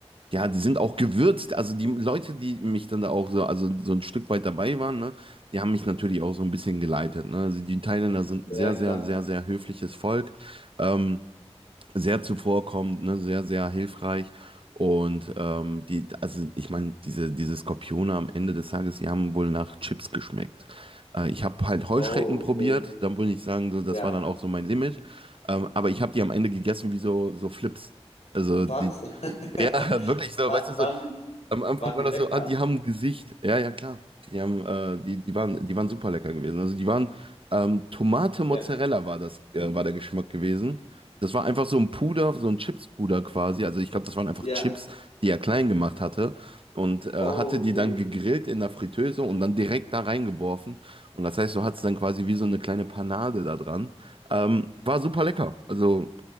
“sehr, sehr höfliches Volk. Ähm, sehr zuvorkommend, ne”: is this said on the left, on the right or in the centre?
Right